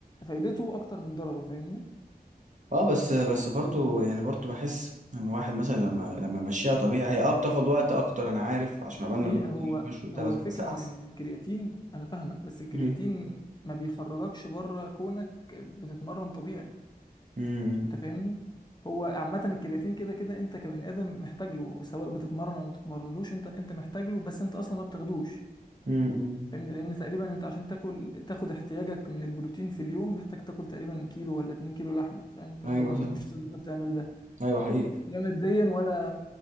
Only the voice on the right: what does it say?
اه بس بس برضو يعني برضو بحس ان الواحد مثلا لما لما مشيها طبيعي هي اه بتاخد وقت اكتر انا عارف عشان عقبال ما
البروتين
يخش وبتاع
بس
بحس احسن
امم
امم
امم
ايوه
صح
ايوه حقيقي